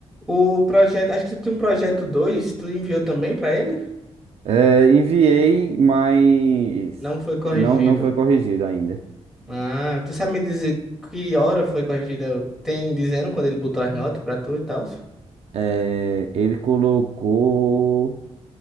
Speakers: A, in the centre; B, on the right (about 60°).
A: O projeto, acho que tu tem um projeto 2 tu enviou também pra ele?
B: É, enviei, mas
A: Não foi corrigido.
B: não, não foi corrigido ainda.
A: Ah, tu sabe me dizer que hora foi corrigida? Tem dizendo quando ele botou as notas pra tu e tal?
B: É, ele colocou